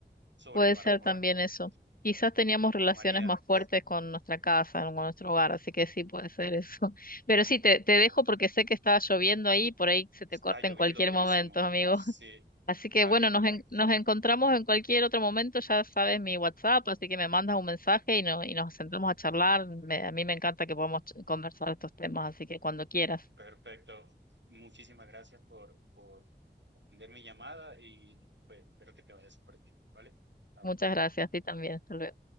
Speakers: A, on the right (about 75°); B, on the left (about 50°).
A: sobrellevar
B: Puede ser
A: mejor
B: también
A: las cosas.
B: eso. Quizás teníamos relaciones
A: María,
B: más fuertes con nuestra casa, con nuestro hogar, así que sí puede ser eso. <laughs> Pero sí, te, te dejo
A: ok,
B: porque sé que está lloviendo ahí, por ahí se
A: está
B: te corta
A: lloviendo
B: en cualquier
A: durísimo.
B: momento, amigo.
A: Sí,
B: <laughs> Así que
A: vale,
B: bueno,
A: amiga.
B: nos, en- nos encontramos en cualquier otro momento, ya sabes mi WhatsApp, así que me mandas un mensaje y, no, y nos sentamos a charlar. Me- a mí me encanta que podamos ch- conversar estos temas, así que cuando quieras.
A: Perfecto. Muchísimas gracias por, por atender mi llamada y pues espero que te vayas por bien, ¿vale? Chao.
B: Muchas gracias, a ti también. Hasta luego.